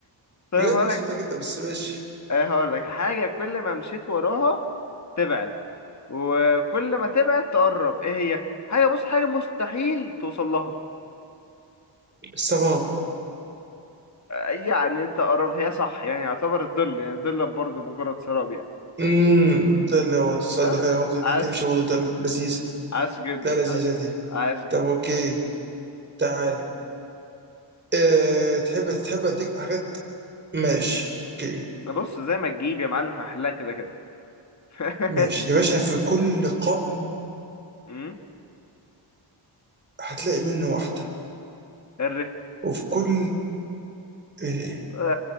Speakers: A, on the left (about 40°); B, on the right (about 25°).
A: طيب
B: بجد
A: هقول
B: بسيطة
A: لك
B: جدا بس ماشي
A: آه، هقول لك حاجه كل ما مشيت وراها تبعد وكل ما تبعد تقرب ايه هي حاجه بص حاجه مستحيل توصل لها
B: السباب
A: يعني انت قربت هي صح يعني يعتبر الظل يعني الظل برضه مجرد سراب يعني
B: امم ده اللي هو تصدق
A: آه،
B: فعلا عاوز تمشي
A: عاش
B: برضه ده لذيذ
A: عاش جدا
B: لا لذيذة
A: عاش
B: دي
A: عاش جدا
B: طب اوكي تعال أه تحب تحب اديك حاجات ماشي اوكي
A: <laughs> بص زي ما تجيب يا معلم هحلها كده كده <laughs>
B: ماشي يا باشا في كل قرن
A: مم.
B: هتلاقي منه واحدة
A: الرخام.
B: وفي كل ايه
A: <laughs>